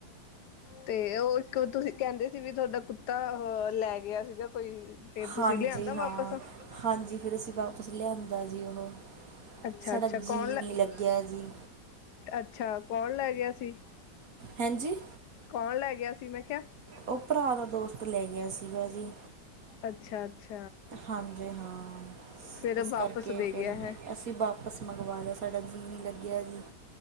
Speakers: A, on the left (about 70°); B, on the right (about 55°).
A: ਤੇ ਉਹ ਇੱਕ ਤੁਸੀਂ ਕਹਿੰਦੇ ਸੀ, ਵੀ ਤੁਹਾਡਾ ਕੁੱਤਾ ਅ ਲੈ ਗਿਆ। ਸੀਗਾ ਕੋਈ ਫੇਰ, ਤੁਸੀਂ
B: ਹਾਂਜੀ
A: ਲਿਆਂਦਾ ਵਾਪਸ।
B: ਹਾਂ ਹਾਂਜੀ, ਫਿਰ ਅਸੀਂ ਵਾਪਸ ਲਿਆਂਦਾ ਜੀ ਉਹਨੂੰ,
A: ਅੱਛਾ
B: ਸਾਡਾ
A: ਅੱਛਾ
B: ਜੀਅ
A: ਕੌਣ ਲੈ
B: ਨਹੀਂ ਲੱਗਿਆ ਜੀ।
A: ਅੱਛਾ, ਕੌਣ ਲੈ ਗਿਆ ਸੀ।
B: ਹੈਂਜੀ।
A: ਕੌਣ ਲੈ ਗਿਆ ਸੀ, ਮੈਂ ਖਿਆ।
B: ਉਹ ਭਰਾ ਦਾ ਦੋਸਤ, ਲੈ ਗਿਆ ਸੀਗਾ ਜੀ।
A: ਅੱਛਾ-ਅੱਛਾ।
B: ਹਾਂਜੀ ਹਾਂ,
A: ਫਿਰ
B: ਇਸ
A: ਵਾਪਸ
B: ਕਰਕੇ
A: ਦੇ
B: ਫਿਰ
A: ਗਿਆ ਹੈ
B: ਅਸੀਂ ਵਾਪਸ ਮੰਗਵਾ ਲਿਆ, ਸਾਡਾ ਜੀਅ ਨੀ ਲੱਗਿਆ ਜੀ।